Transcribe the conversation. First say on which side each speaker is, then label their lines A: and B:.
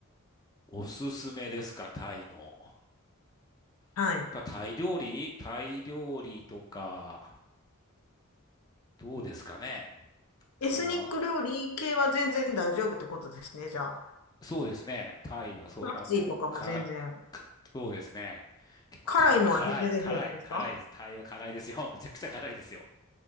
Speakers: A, on the left; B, on the left.
A: おすすめですか、タイの。や
B: はい。
A: っぱタイ料理タイ料理とか、どうですかね。あ
B: エスニック料理系は全然大丈夫ってことですね、
A: とは、
B: じゃあ。
A: そうですね。タイは、そう、
B: パクチーとかも全然。
A: あの、か、かそうですね。結構辛、
B: 辛いのはへ全然平気ですか
A: 辛い、辛い、辛いです。タイは辛いですよ。むちゃくちゃ辛いですよ。